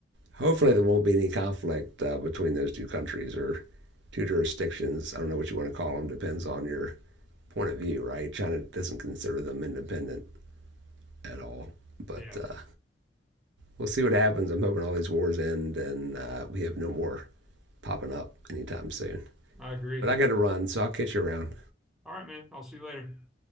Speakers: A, on the right; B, in the centre.
A: hopefully there won't be any conflict uh, between those two countries or two jurisdictions. I don't know what you want to call them. Depends on your point of view, right? China doesn't consider them independent at all, but
B: Yeah,
A: uh, we'll see what happens. I'm hoping all these wars end and uh, we have no more popping up anytime soon.
B: I agree.
A: But I got to run, so I'll catch you around.
B: All right, man. I'll see you later.